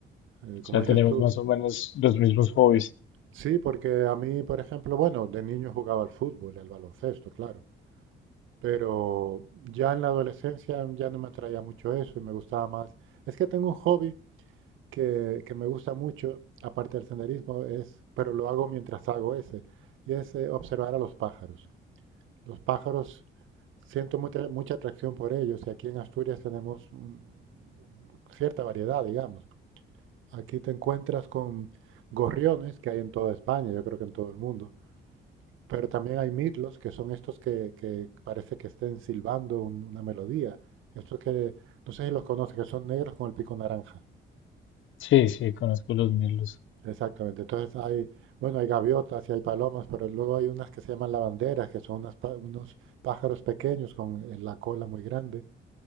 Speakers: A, on the right; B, on the left.
A: Eh,
B: O
A: como
B: sea,
A: dices
B: tenemos
A: tú,
B: más o menos los mismos hobbies.
A: sí, porque a mí, por ejemplo, bueno, de niño jugaba al fútbol y al baloncesto, claro, pero ya en la adolescencia ya no me atraía mucho eso y me gustaba más. Es que tengo un hobby que, que me gusta mucho, aparte del senderismo, es, pero lo hago mientras hago ese, y es eh, observar a los pájaros. Los pájaros, siento mucha, mucha atracción por ellos y aquí en Asturias tenemos un- cierta variedad, digamos. Aquí te encuentras con gorriones que hay en toda España, yo creo que en todo el mundo, pero también hay mirlos, que son estos que, que parece que estén silbando un- una melodía. Estos que, no sé si los conoces, que son negros con el pico naranja.
B: Sí, sí, conozco los míos.
A: Exactamente. Entonces hay, bueno, hay gaviotas y hay palomas, pero luego hay unas que se llaman lavanderas, que son unas pa- unos pájaros pequeños con eh, la cola muy grande.